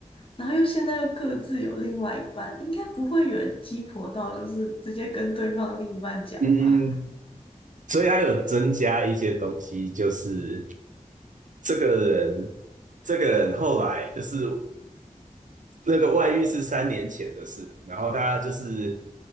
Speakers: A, on the left (about 40°); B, on the right (about 70°).
A: 然后又现在又各自有另外一半，应该不会有人鸡婆到就是直接跟对方另一半讲吧？
B: 嗯嗯，所以他有增加一些东西，就是这个人，这个人后来就是那个外遇是三年前的事，然后他就是